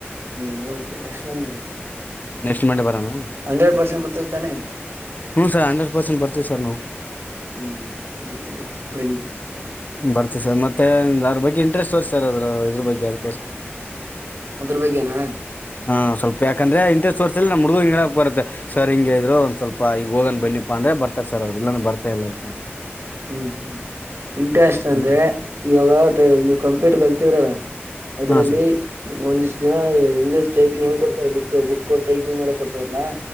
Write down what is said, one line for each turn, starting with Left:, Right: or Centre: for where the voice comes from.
Right: ಹ್ಮ್ ಓಕೆ ನೆಕ್ಸ್ಟ್ ಮಂಡೆ ಬನ್ನಿ
Left: ನೆಕ್ಸ್ಟ್ ಮಂಡೇ ಬರೋಣ
Right: ಹಂಡ್ರೆಡ್ ಪರ್ಸೆಂಟ್ ಬರ್ತಿಸ್ತಾನೆ
Left: ಹ್ಞೂ ಸರ್ ಹಂಡ್ರೆಡ್ ಪರ್ಸೆಂಟ್ ಬರ್ತೀವಿ ಸರ್ ನಾವು
Right: ಹ್ಮ್ ಆಯ್ತು ಆಯ್ತು ಬನ್ನಿ
Left: ಬರ್ತ ಸರ್ ಮತ್ತೆ ಅ್ರ ಬಗ್ಗೆ ಇಂಟ್ರೆಸ್ಟ್ ಸರ್ ಸರ್ ಅದ್ರ ಇದ್ರ ಬಗ್ಗೆ ಅದಕೋಸ್ಕ
Right: ಅದ್ರ ಬಗ್ಗೆ ನಾ.
Left: ಹಾ ಸ್ವಲ್ಪ ಯಾಕಂದ್ರೆ ಇಂಟೆಸ್ ವರ್ಸಲ್ ನಮ್ ಹಡ್ಗುಡ ಬರುತ್ತ ಸರ್ಿಂಗ ಇದ್ರು ಒಂದ ಸ್ವಲ್ಪ ಈಗ ಹೋಗಂದ್ ಬನ್ನಿಪ್ಪ ಅಂದ್ರೆ ಬರ್ತಾರ್ ಸರ್ ಅವರು ಇಲ್ಲಂದ ಬರ್ತಾಲ್ಲ ಇಳ್ಕ
Right: ಹ್ಮ್ ಹ್ಮ್ ಇಂಟ್ರಸ್ಟ್ ಅಂದ್ರೆ
Left: ಹ್ಮ್
Right: ಇವಾಗ ನೀವ್ ಕಂಪ್ಯೂಟ್ರ್ ಕಲ್ತಿದ್ರಲ್ಲ ಅದ್ರಲ್ಲಿ
Left: ಹಾ ಸರ್
Right: ಒಂದಿಷ್ಟು ದಿನ ಇಂಗ್ಲೀಷ್ ಟೈಪಿಂಗ್ ಹ್ ಕೊಡ್ತಾರೆ ಬುಕ್ ಬುಕ್ ಟೈಪಿಂಗ್ ಮಾಡಕ್ ಕೊಡ್ತವಾರಲ್ಲಾ